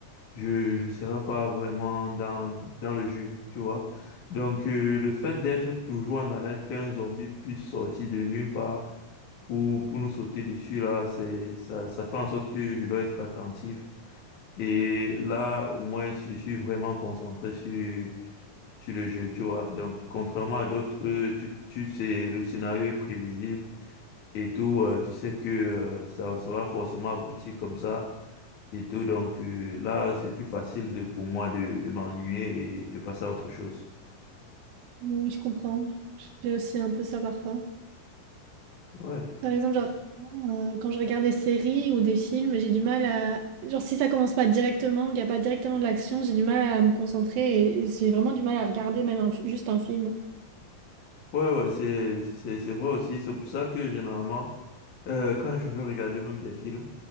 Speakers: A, on the left; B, on the right.
A: je, je serai pas vraiment dans, dans le jeu, tu vois. Donc, euh, le fait d'être toujours en alerte qu'un zombie puisse sortir de nulle part pour, pour nous sauter dessus, là, c'est, ça, ça fait en sorte que je dois être attentif. Et là, au moins, je suis vraiment concentré sur, sur le jeu, tu vois. Donc, contrairement à d'autres, eux, tu, tu sais, le scénario est prévisible et tout. euh, tu sais que euh, ça, ça va forcément aboutir comme ça et tout. Donc, euh, là, c'est plus facile de, pour moi de, de m'ennuyer et de passer à autre chose.
B: Oui, je comprends. J'ai aussi un peu ça parfois.
A: Ouais,
B: Par exemple, genre euh, quand je regarde des séries ou des films, j'ai du mal à... Genre si ça commence pas directement, qu'il n'y a pas directement de l'action, j'ai du mal à me concentrer et, et j'ai vraiment du mal à regarder même un fi- juste un film.
A: ouais, ouais, c'est, c'est, c'est vrai aussi. C'est pour ça que généralement, euh, quand je veux regarder même des films,